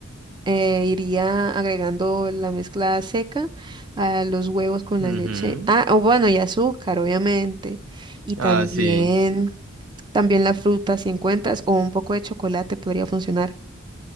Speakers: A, on the right; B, on the right.
A: eh, iría agregando la mezcla seca a los huevos con
B: ujú,
A: la leche. Ah, o bueno, y azúcar, obviamente. Y
B: ah,
A: también,
B: sí.
A: también la fruta si encuentras o un poco de chocolate podría funcionar.